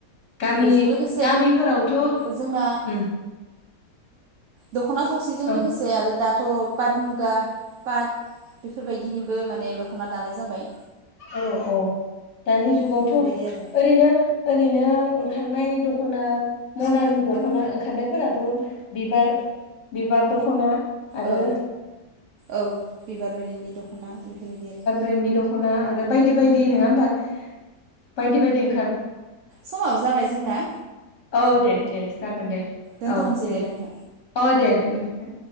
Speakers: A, on the left; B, on the right.
A: गामि
B: बेजों लोगोसे
A: गामिफोरावथ'
B: जोंना
A: उम
B: दख'ना थावसिजों
A: औ
B: लोगोसे आरो दा थ' पाट मुगा पाट बेफोरबायदिनिबो माने द जाबाय
A: औ औ दानि जुगावथ'
B: बेफोरबायदि आरो
A: ओरैनो ओरैनो ओं खारनाय दख'ना मदार्न दख'ना ओंखारनायफोराथ' बिबार बिबार दख'ना आरो
B: औ औ बिबार ब्रेननि दख'ना बेफोरबायदि आरो
A: ब्रेननि दख'ना आरो बायदि बायदि नङा हबा? बायदि बायदि ओं
B: समाबो जाबाय जोंना
A: औ दे दे जागोन दे
B: दोनथ'नोसै
A: औ दे
B: नोंथां
A: औ दे दे नोंथां।